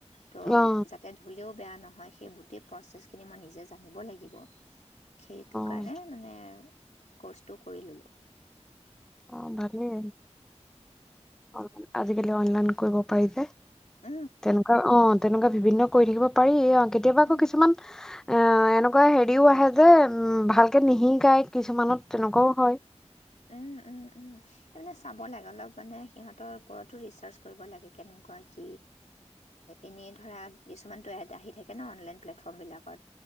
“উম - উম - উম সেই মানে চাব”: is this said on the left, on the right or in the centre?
Left